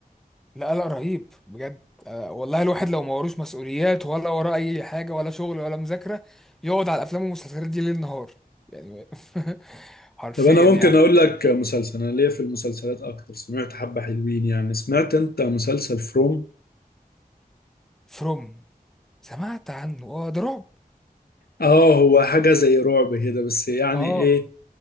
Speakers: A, in the centre; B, on the left (about 80°).
A: لا لا رهيب بجد آه والله الواحد لو ما وروش مسؤوليات ولا وراه أي حاجة ولا شغل ولا مذاكرة يقعد على الأفلام والمسلسلات دي ليل نهار يعني <laughs> حرفيا
B: طب انا
A: يعني
B: ممكن اقول لك مسلسل انا ليا في المسلسلات اكتر سمعت حبة حلوين يعني سمعت انت مسلسل فروم
A: فروم سمعت عنه اه ده رعب
B: اه هو حاجة زي رعب كده بس يعني
A: اه
B: ايه
A: آه.